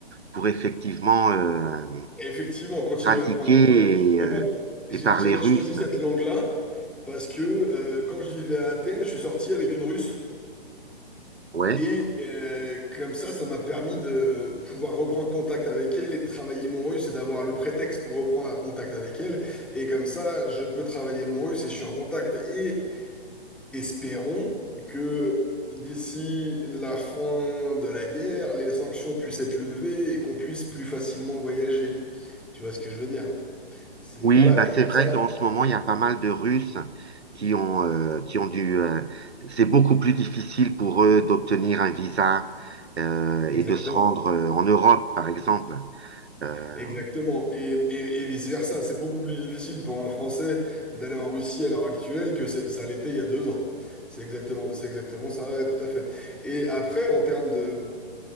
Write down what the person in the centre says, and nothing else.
Effectivement, on continue
à apprendre à parler.
Mais
moi, j'ai-
j'avais
choisi cette langue-là parce que euh, quand je vivais à Athènes, je suis sorti avec une Russe.
Et euh, comme ça, ça m'a permis de pouvoir reprendre contact avec elle et de travailler mon russe et d'avoir le prétexte pour reprendre un contact avec elle. Et comme ça, je peux travailler mon russe et je suis en contact. Et espérons que d'ici la fin de la guerre, les sanctions puissent être levées et qu'on puisse plus facilement voyager. Tu vois ce que je veux dire? C'est,
voilà,
et comme
ça,
exactement.
Exactement. Et, et, et vice-versa. C'est beaucoup plus difficile pour un Français d'aller en Russie à l'heure actuelle que ça ça l'était il y a deux ans. C'est exactement, c'est exactement ça, ouais, tout à fait. Et après, en termes de...